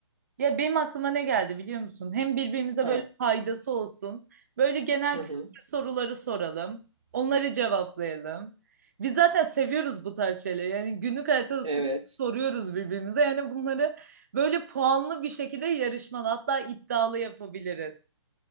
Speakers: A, on the right (about 30°); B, on the right (about 80°).
A: Ya benim aklıma ne geldi biliyor musun? Hem birbirimize
B: He.
A: böyle faydası olsun. Böyle genel
B: Hı
A: kültür
B: hı.
A: soruları soralım. Onları cevaplayalım. Biz zaten seviyoruz bu tarz şeyleri. Yani günlük hayatta da
B: Evet.
A: sürekli soruyoruz birbirimize. Yani bunları böyle puanlı bir şekilde yarışmalı hatta iddialı yapabiliriz.